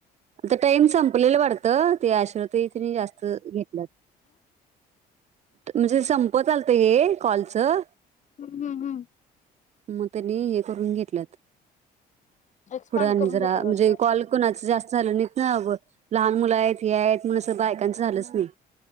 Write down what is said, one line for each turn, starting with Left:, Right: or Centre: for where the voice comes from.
Right: आता टाइम संपले -- लेला वाटत त्या ऐश्वर्या ताई त्यांनी जास्त घेतल्यात. म्हणजे संपत आलत हे कॉलचं
Left: हम्म, हम्म, हम्म.
Right: मग त्यांनी हे करून घेतल्यात.
Left: एक्सपांड
Right: पुढ आणि
Left: करून
Right: जरा
Left: घेतलं वाटतं
Right: म्हणजे कॉल कोणाच जास्त झालं नाहित ना अ लहान -- मुलं आहेत हे आहेत म्हणून अस बायकांचं झालंच नाही.